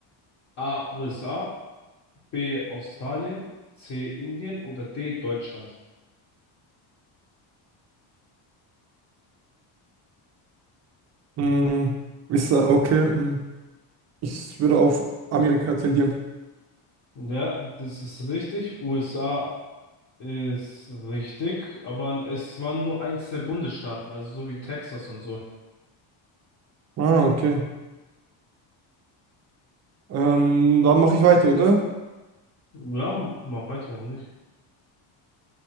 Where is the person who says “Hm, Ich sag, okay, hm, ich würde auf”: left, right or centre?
Right